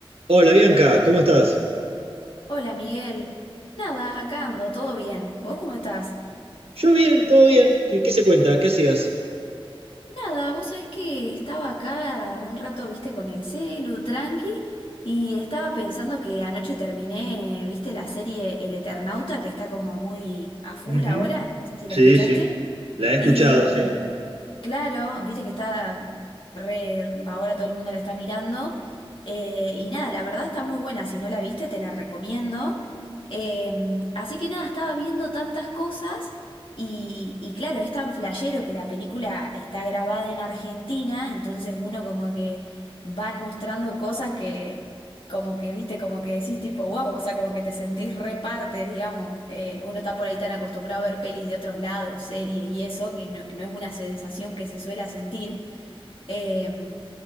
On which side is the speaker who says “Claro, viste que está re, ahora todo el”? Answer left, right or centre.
Left